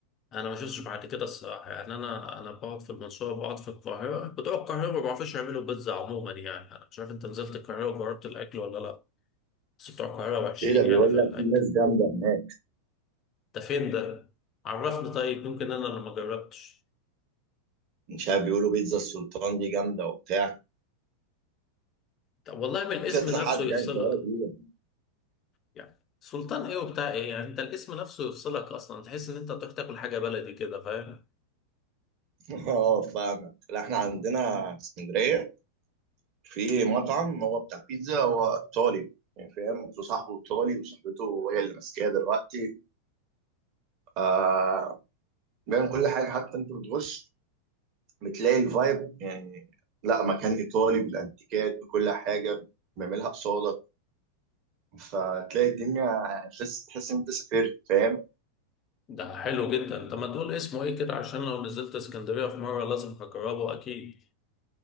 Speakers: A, on the left; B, on the right.
A: أنا ما شفتش بعد كده الصراحة يعني أنا أنا بقعد في المنصورة بقعد في القاهرة بتوع القاهرة ما بيعرفوش يعملوا بيتزا عموما يعني أنا مش عارف أنت نزلت القاهرة وجربت الأكل ولا لأ بس بتوع القاهرة وحشين
B: ايه ده بيقول
A: يعني في
B: لك
A: الأكل
B: في ناس جامده هناك
A: ده فين ده؟ عرفني طيب يمكن أنا اللي ما جربتش
B: مش عارف بيقولوا بيتزا السلطان دي جامده وبتاع
A: طب والله بالاسم
B: كذا
A: نفسه
B: حد
A: يفصلك
B: يعني في القاهره كبيره
A: يعني سلطان ايه وبتاع ايه يعني انت الاسم نفسه يفصلك اصلا تحس ان انت تروح تاكل حاجه بلدي كده فاهم
B: <laughs> اه فاهمك لا احنا عندنا في اسكندريه في مطعم هو بتاع بيتزا هو ايطالي يعني فاهم صاحبه ايطالي وصاحبته هي اللي ماسكاه دلوقتي آه بيعمل كل حاجه حتى انت بتغش بتلاقي الفايب يعني لا مكان ايطالي بالانتيكات بكل حاجه بيعملها قصادك فتلاقي الدنيا تحس تحس ان انت سافرت فاهم
A: ده حلو جدا انت ما تقول اسمه ايه كده عشان لو نزلت اسكندريه في مره لازم هجربه اكيد